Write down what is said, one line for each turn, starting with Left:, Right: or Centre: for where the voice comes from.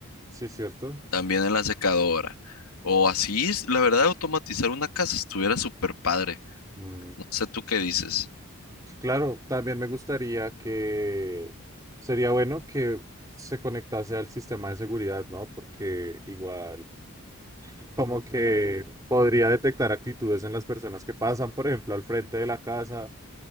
Right: sí es cierto.
Left: También en la secadora. O así, es- la verdad, automatizar una casa estuviera súper padre.
Right: Mm,
Left: No sé tú qué dices.
Right: sí, Claro, también me gustaría que sería bueno que se conectase al sistema de seguridad, ¿no? Porque igual como que podría detectar actitudes en las personas que pasan, por ejemplo, al frente de la casa